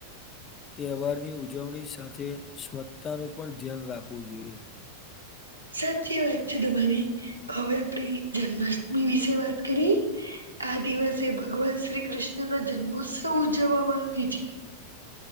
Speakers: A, on the left; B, on the right.
A: તહેવાર ની ઉજવણી સાથે સ્વચ્તા નું પણ ધ્યાન રાખવું જોઈએ
B: સાચી વાત છે તમારી હવે આપડી જન્માષ્ટમી વિશે વાત કરીએ આ દિવસે ભગવાન શ્રી કૃષ્ણ નો જન્મોત્સવ ઉજવવામાં આવે છે